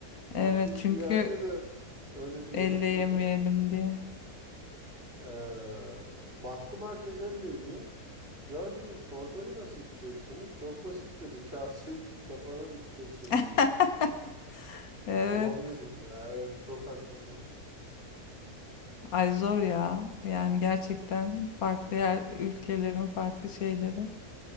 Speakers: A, on the left; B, on the right.
A: Evet
B: Bak biz
A: çünkü
B: bir yerde de öyle bir yemek
A: elle yemeyelim
B: yedik.
A: diye.
B: Ee, baktım herkes elle yiyor. Ya dedim çorbayı nasıl içeceksiniz? Çok basit dedi. <laughs> Kaseyi kafana dikeceksin
A: <laughs>
B: dedi.
A: Evet.
B: Tamam dedim ya evet çok haklısın.
A: Ay zor ya. Yani gerçekten farklı yer, ülkelerin farklı şeyleri.